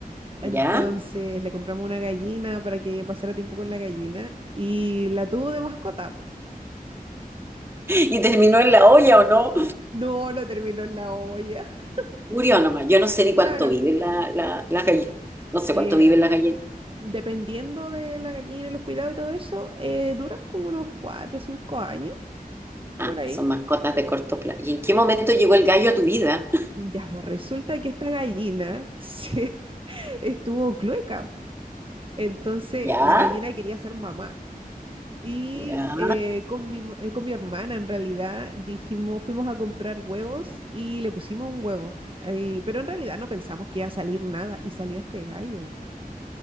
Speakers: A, on the right (about 35°); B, on the right (about 15°).
A: Entonces
B: ¿Ya?
A: le compramos una gallina para que pasara tiempo con la gallina y la tuvo de mascota. po.
B: ¿Y terminó en la olla o no?
A: No, no terminó en la olla. <laughs>
B: Murió nomás. Yo no sé ni
A: Claro.
B: cuánto viven la, la, las gallinas. No sé
A: eh,
B: cuánto viven
A: am,
B: las gallinas.
A: dependiendo de la gallina y los cuidados y todo eso, eh, duran como unos 4 o cinco años
B: Ah,
A: por ahí.
B: son mascotas de corto plazo. ¿Y en qué momento llegó el gallo a tu vida?
A: Ya, pues resulta que esta gallina <laughs> se estuvo clueca. Entonces
B: ¿Ya?
A: la gallina quería ser mamá. Y
B: Ya.
A: eh, con mi, eh, con mi hermana, en realidad, dijimos, fuimos a comprar huevos y le pusimos un huevo. Ahí, pero en realidad no pensamos que iba a salir nada y salió este gallo.